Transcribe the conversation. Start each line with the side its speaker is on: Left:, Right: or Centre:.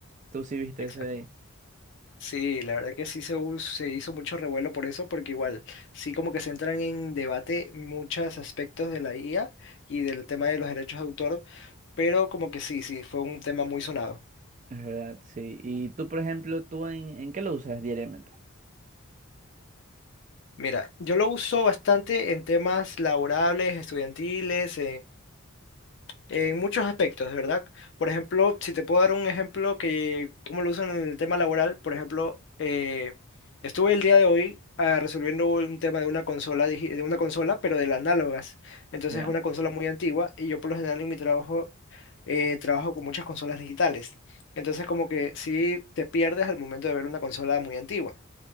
Right: Tú sí viste
Left: Exacto.
Right: eso de ahí.
Left: Sí, la verdad que sí se, hu- se hizo mucho revuelo por eso, porque igual sí como que se entran en debate muchos aspectos de la IA y del tema de los derechos de autor, pero como que sí, sí, fue un tema muy sonado.
Right: Es verdad, sí. Y tú, por ejemplo, ¿tú en, en qué lo usas diariamente?
Left: Mira, yo lo uso bastante en temas laborables, estudiantiles, en muchos aspectos, de verdad. Por ejemplo, si te puedo dar un ejemplo que, cómo lo usan en el tema laboral, por ejemplo, eh, estuve el día de hoy ah, resolviendo un tema de una consola, digi- de una consola, pero de las análogas. Entonces
Right: ¿Ya?
Left: es una consola muy antigua y yo por lo general en mi trabajo eh, trabajo con muchas consolas digitales. Entonces como que sí te pierdes al momento de ver una consola muy antigua.